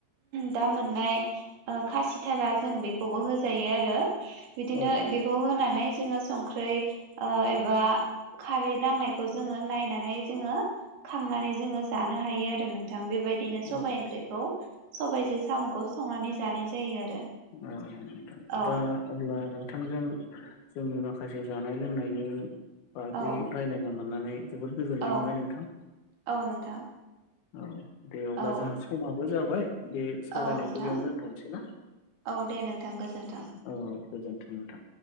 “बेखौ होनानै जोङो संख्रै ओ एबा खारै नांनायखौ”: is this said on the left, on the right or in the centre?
Right